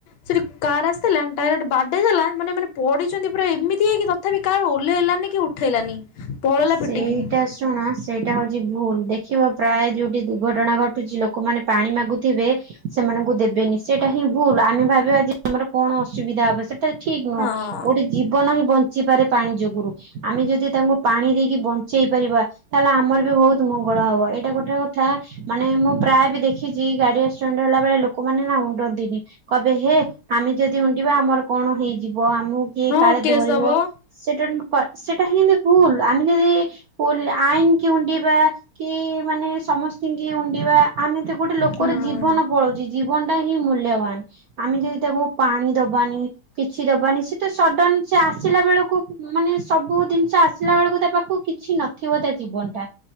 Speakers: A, on the left; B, on the right.
A: ସେଠି କାର ଆସିଥିଲା ଡାଇରେ୍ଟ ବାଡେଇ ଦେଲା ମାନେ ଏମାନେ ପଡିଛନ୍ତି ପୁରା ଏମିତି ହେଇକି ତଥାପି କାର ଓହ୍ଲେଇଲାନି କି ଉଠେଇଲାନି। ପଳେଇଲା
B: ସେଇଟା
A: ପିଟିକି।
B: ଶୁଣ ସେଇଟା ହଉଛି ଭୁଲ ଦେଖିବ ପ୍ରାୟ ଯୋଉଠି ଦୁର୍ଘଟଣା ଘଟୁଛି ଲୋକମାନେ ପାଣି ମାଗୁଥିବେ ସେମାନଙ୍କୁ ଦେବେନି ସେଇଟା ହିଁ ଭୁଲ ଆମେ ଭାବିବା ଯେ ଆମର କଣ ଅସୁବିଧା ହବ ସେଟା ଠିକ ନୁହଁ
A: ହଁ।
B: ଗୋଟେ ଜୀବନ ହିଁ ବଞ୍ଚିପାରେ ପାଣି ଯୋଗୁରୁ ଆମେ ଯଦି ତାଙ୍କୁ ପାଣି ଦେଇକି ବଞ୍ଚେଇ ପାରିବା ତାହେଲେ ଆମର ବି ବହୁତ ମଙ୍ଗଳ ହବ ଏଇଟା ଗୋଟେ କଥା ମାନେ ମୁଁ ପ୍ରାୟ ବି ଦେଖିଛି ଗାଡି ଆକ୍ସିଡେଣ୍ଟ ହେଲା ବଳେ ଲୋକମାନେ ନା ଉଣ୍ଡନ୍ତିନି। କବେ ହେ ଆମେ ଯଦି ଉଣ୍ଡିବା ଆମର କଣ ହେଇଯିବ ଆମକୁ କିଏ
A: ହଁ
B: କାଳେ
A: କେସ୍
B: ଧରିବ।
A: ହବ।
B: ସେଟା ସେଟା ହେଁତି ଭୁଲ ଆନ ଯଦି ଲ ଆଇନ କି ଉଣ୍ଡିବା କି ମାନେ ସମସ୍ କି ଉଣ୍ଡିବା ଆମେ ତ ଗୋଟେ ଲୋକର
A: ହଁ।
B: ଜୀବନ ପଳଉଛି ଜୀବନଟା ହିଁ ମୂଲ୍ୟବାନ। ଆମେ ଯଦି ତାକୁ ପାଣି ଦବାନି କିଛି ଦବାନି ସେ ତ ସଡନ ସେ ଆସିଲା ବେଳକୁ ମାନେ ସବୁ ଜିନିଷ ଆସିଲା ବେଳକୁ ତା କୁ କିଛି ନଥିବ ତା ଜୀବନ ଟା